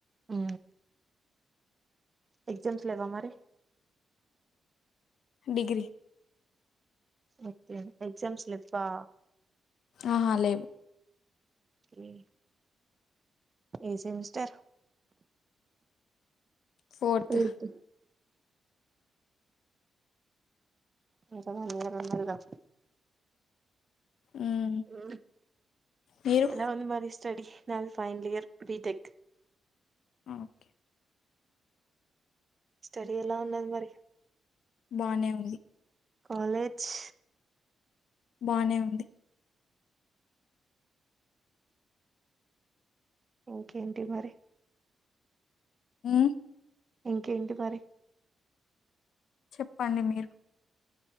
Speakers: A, on the right (about 30°); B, on the left (about 80°).
A: ఊ ఎగజామ్స్ లేెవా మరి
B: డిగ్రీ
A: ఓకే ఎగ్జామ్స్లిప్పా
B: ఆహా లేవు
A: ఎ ఏ సెమిస్టర్
B: ఫోర్త్
A: ఎయిత్. అంటన్నాలన్నరిదా
B: మ్మ్
A: ఊ
B: మీరు
A: ఎలా ఉంది మరి స్టడీ నన్ ఫైనల్ ఇయర్ బిటెక్
B: ఆ ఓకే
A: స్టడి ఎలా ఉన్నది మరి
B: బానే ఉంది
A: కాలేజ్
B: బానే ఉంది
A: ఓకే ఏంటి మరి
B: ఉ
A: ఇంకేంటి మరి
B: చెప్పండి మీరు